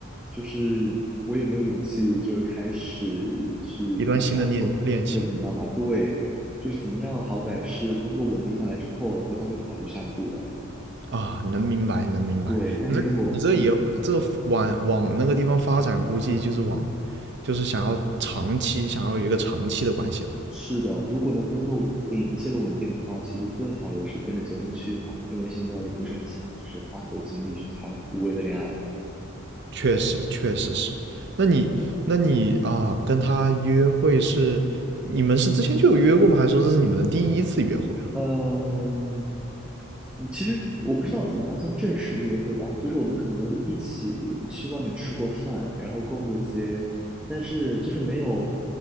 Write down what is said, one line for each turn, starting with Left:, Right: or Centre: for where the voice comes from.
Centre: 就是我也没有勇气，就是开始去表达或或者怎样吧。
Right: 一段新的恋恋情
Centre: 对，就是怎么样，好歹是工作稳定下来之后，然后再会考虑下一步吧。
Right: 啊，能明白，能明白。
Centre: 对，但是如果嗯，
Right: 你这你这以后这往往那个地方发展，估计就是往，就是想要长期，想要有一个长期的关系了。
Centre: 是的，如果能工作稳定，一切都稳定的话，其实最好也是奔着结婚去嘛，因为现在也不是很想就是花很多精力去谈无谓的恋爱了。
Right: 确实，确实是。那你那你啊，跟他约会是你们是之前就有约过吗？还是说这是你们的第一次约会啊？
Centre: 嗯，嗯，其实我不知道怎么样算正式的约会吧，就是我们可能会一起去外面吃过饭，然后逛过街，但是就是没有，